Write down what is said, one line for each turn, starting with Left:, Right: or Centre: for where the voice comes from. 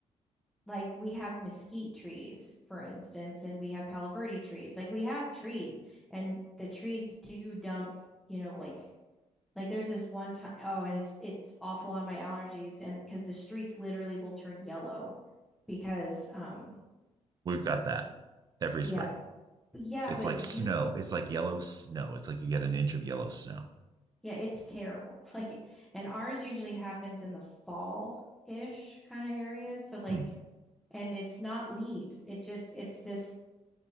Centre: like we have mesquite trees, for instance, and we have palo verde trees. Like we have trees, and the trees do dump, you know, like Like there's this one time, oh, and it's it's awful on my allergies, and because the streets literally will turn yellow because um
Right: We've got that every
Centre: yeah
Right: spring.
Centre: yeah,
Right: It's
Centre: but
Right: like
Centre: you
Right: snow. It's like yellow snow. It's like you get an inch of yellow snow.
Centre: yeah, it's terrible. <laughs> Like and ours usually happens in the fall ish kind of area. So like
Right: Hmm.
Centre: and it's not leaves. It just it's this